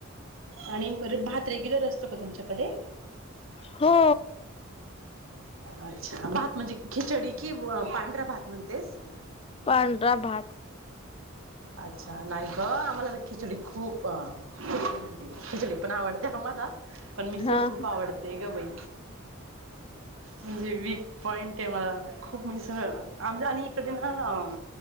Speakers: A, on the right; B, on the left.
A: आणि रे भात रेग्युलर असतो का तुमच्याकडे
B: हो
A: अच्छा भात म्हणजे खिचडी कि पांढरा भात म्हणतेस <inaudible>
B: पांढरा भात
A: अच्छा नाही का आम्हाला तर खिचडी खूप ख म्हणती खिचडी पण आवडते आम्हाला पण मिसळ
B: हा
A: खूप आवडतेय ग बाई म्हणजे मी पॉईंट आहे मला खूप मिसळ आम आणि इकडे ना